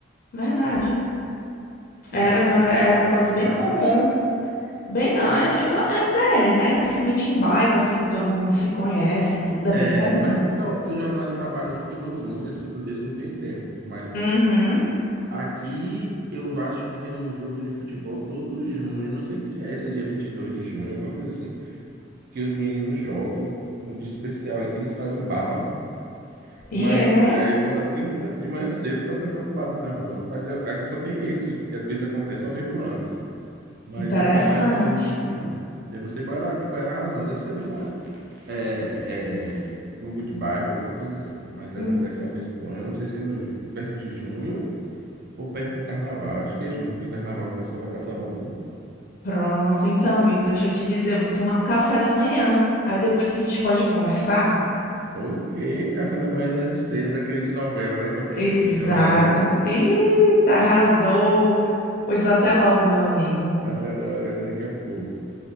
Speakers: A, on the left; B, on the right.
A: Verdade.
B: né?
A: Era,
B: É um
A: era, era uma coisa
B: sagrado.
A: bem comum. Bem, não, eu- eu- ainda é, né? Principalmente em bairro, assim, que todo mundo se conhece, tudo é
B: É,
A: bem comum.
B: mas porque o, o jornal de trabalho mudou muito, as pessoas às vezes não têm tempo, mas
A: Uhum.
B: aqui eu acho que tem um jogo de futebol todo junho, não sei que dia é esse, é dia 22 de junho, alguma coisa assim, que os meninos jogam, um dia especial aí que eles fazem um baba, Mas
A: E é
B: é, acorda 5 da- de manhã cedo, tá o pessoal com barulho na rua. Mas é- aqui só tem esse, que às vezes acontece uma vez por ano. Mas
A: interessante.
B: não tem mais assim muito, não. Eu não sei qual era, qual era a razão. Deve ser alguma é, é, grupo de bairro, alguma coisa assim. Mas
A: Hum,
B: acontece uma vez por ano. Eu não sei se é no ju- perto de junho ou perto do carnaval. Acho que é junho, porque o carnaval o pessoal vai para Salvador.
A: Pronto, então, amigo, deixa eu te dizer, eu vou tomar um café da manhã. Aí depois a gente pode conversar.
B: Ok, café da manhã das estrelas, aquele de novela, né? Com aquele
A: Exata.
B: suquinho amarelo.
A: Eita, arrasou. Pois até logo, meu amigo.
B: Até logo, até daqui a pouco.